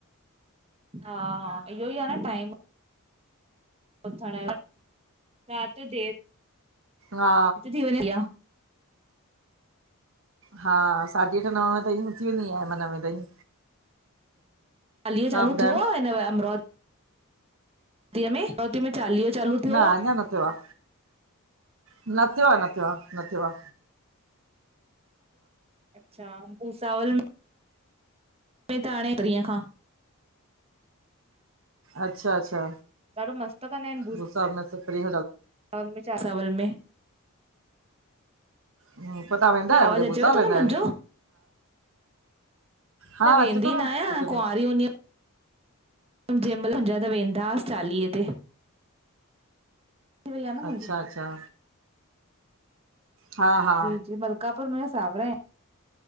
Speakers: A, on the right (about 25°); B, on the right (about 60°).
A: हा हा इहो ई आहे न टाइम। उथण, राति जो देरि
B: हा
A: ती थी वञे।
B: हा साढी अठ नवें ताईं उथी वेंदी आहियां मां नवें ताईं।
A: चालिहो
B: तव्हां
A: चालू
B: ॿुधायो
A: थियो आ हिन बार अमरो अमरावती में चालीयो चालू थियो
B: न अञा
A: आ।
B: न थियो आ, न थियो आ, न थियो आ।
A: अच्छा, भूसावल में। त हाणे परींअ खां।
B: अच्छा, अच्छा,
A: ॾाढो मस्तु कंदा आहिनि
B: भुसावल में त फ्री
A: <unintelligible>
B: हूं पो ता वेंदा
A: आवाज़
B: आहियो
A: अचेव
B: भूसावल
A: थो मुंहिंजो
B: न? हा
A: न वेंदी
B: अचे थो
A: आहियां
B: न अचे
A: कुंआारी
B: थो।
A: हूंदी जंहिं महिल मुंहिंजा त वेंदा हुआस चालीहे ते। थी वई आहे न
B: अच्छा
A: मुंहिंजी
B: अच्छा। हा हा
A: जी जी मलकापुर में सावरा आहिन।